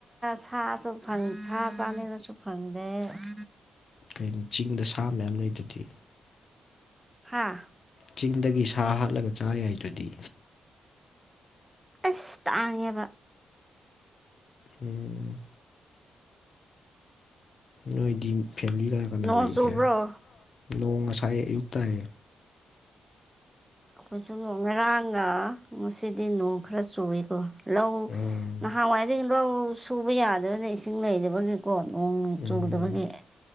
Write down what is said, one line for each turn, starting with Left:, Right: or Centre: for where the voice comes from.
Right: ꯁꯥꯁꯨ ꯐꯪ ꯊ ꯆꯥꯅꯤꯡꯉꯁꯨ ꯐꯪꯗꯦ ꯎꯝ
Left: ꯀꯣ ꯆꯤꯡꯗ ꯁꯥ ꯃꯌꯥꯝ ꯂꯩꯗꯗꯤ
Right: ꯍꯥꯥ
Left: ꯆꯤꯡꯗꯒꯤ ꯁꯥ ꯍꯥꯠꯂꯒ ꯆꯥ ꯌꯥꯏꯗꯨꯗꯤ
Right: ꯏꯁ ꯇꯥꯉꯦꯕ
Left: ꯎꯝ, ꯅꯣꯏꯗꯤ ꯐꯦꯃꯤꯂꯤ ꯀꯅꯥ ꯀꯅꯥ
Right: ꯅꯣꯡ
Left: ꯂꯩꯒꯦ
Right: ꯆꯨꯕ꯭ꯔꯣ
Left: ꯅꯣꯡ ꯉꯁꯥꯏ ꯑꯌꯨꯛꯇꯥꯏ
Right: ꯑꯩꯈꯣꯏꯁꯨ ꯅꯣꯡ ꯉꯔꯥꯡꯒ ꯉꯁꯤꯗꯤ ꯅꯣꯡ ꯈꯔ ꯆꯨꯏꯀꯣ ꯂꯧ
Left: ꯎꯝ
Right: ꯅꯍꯥꯟꯋꯥꯏꯗꯒꯤ ꯂꯧ ꯁꯨꯕ ꯌꯥꯗꯕꯅ ꯏꯁꯤꯡ ꯂꯩꯗꯕꯒꯤ ꯀꯣ ꯅꯣꯡ
Left: ꯎꯝ
Right: ꯆꯨꯗꯕꯒꯤ